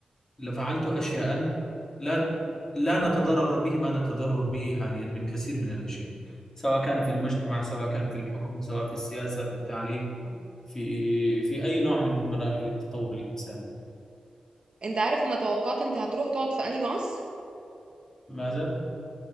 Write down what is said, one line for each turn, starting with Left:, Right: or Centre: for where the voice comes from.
Left: لفعلت أشياء لا لا نتضرر به ما نتضرر به حاليا من كثير من الأشياء سواء كان في المجتمع سواء كان في الحكم سواء في السياسة في التعليم في في أي نوع من مراحل التطور الإنساني
Right: أنت عارف أنا توقعت أنت هتروح تقعد في أنهي عصر؟
Left: ماذا؟